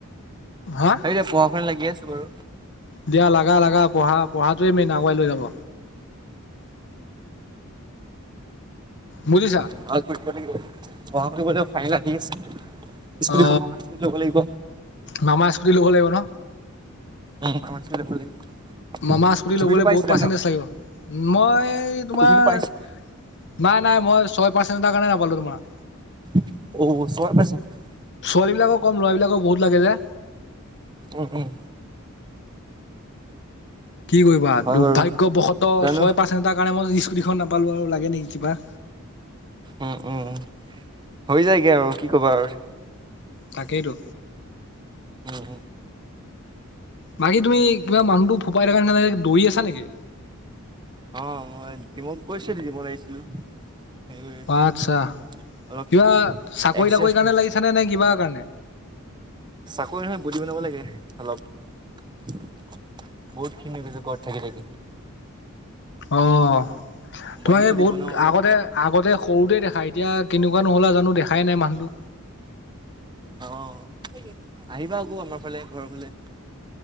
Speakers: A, on the left; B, on the right.
A: হা
B: হেতিয়া পঢ়া শু লাগি আছো বাৰু
A: দিয়া লগা লগা পঢ়া পঢ়াটোৱে মেইন আগুৱাই লৈ যাব। বুজিছা?
B: <inaudible> স্কুটিখন
A: অ
B: মামা দিব ল'ব লাগিব।
A: মামা স্কুটি ল'ব লাগিব ন।
B: অ আমাৰ স্কুটি ল'ব লাগিব।
A: মামা স্কুটি
B: তুমিতো
A: ল'বলৈ
B: পাইছিলা
A: বহুত পাৰ্চেণ্টিজ
B: ন
A: লাগিব মই তোমাৰ
B: তুমিতো পাইছা
A: নাই নাই মই ছয় পাৰ্চেণ্টৰ কাৰণে নাপালো তোমাৰ।
B: অ ছয় পাৰ্চেণ্টৰ।
A: ছোৱালীবিলাকৰ কম ল'ৰা বিলাকৰ বহুত লাগে যে।
B: উম', উম।
A: কি কৰিবা আৰু
B: হয়
A: দুৰ্ভাগ্যবশত
B: বাৰু
A: ছয়
B: জানো
A: পাৰ্চেণ্ট এটাৰ কাৰণে, মই স্কুটিখন নাপালোঁ আৰু লাগে নেকি কিবা।
B: উম', উম হৈ যায়গে আৰু কি ক'বা আৰু।
A: তাকেই টো।
B: উম', উম।
A: বাকী তুমি কিবা মানুহটো ফোপাই থাকাৰ নিচিনা লাগে, দৌৰি আছা নেকি?
B: <inaudible> কৰি আছিলো
A: অ' আচ্ছা,
B: অলপ
A: কিবা, চাকৰি-
B: এক্সাৰচাইজ
A: তাকৰি
B: কৰি
A: কাৰণে লাগিছা নে? নে কিবা কাৰণে
B: চাকৰি নহয় বডি বনাব লাগে অলপ। বহুত ক্ষিণ হৈ গৈছে ঘৰত থাকি থাকি।
A: অ' তোমাক
B: বডি চডি
A: এই বহুত
B: বনাও অলপ
A: আগতে আগতে সৰুতে দেখা এতিয়া কেনেকুৱা নো হলা জানো দেখাই নাই মানুহটো।
B: অ', আহিবা আকৌ আমাৰ ফালে ঘৰৰ ফালে।